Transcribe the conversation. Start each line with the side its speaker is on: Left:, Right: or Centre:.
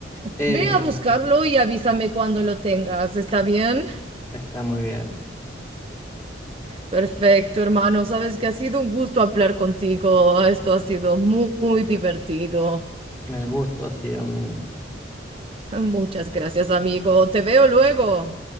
Left: eh,
Right: Ve a buscarlo y avísame cuando lo tengas, ¿está bien?
Left: está muy bien.
Right: Perfecto, hermano. Sabes que ha sido un gusto hablar contigo. Esto ha sido muy, muy divertido.
Left: El gusto ha sido mío.
Right: Muchas gracias, amigo. Te veo luego.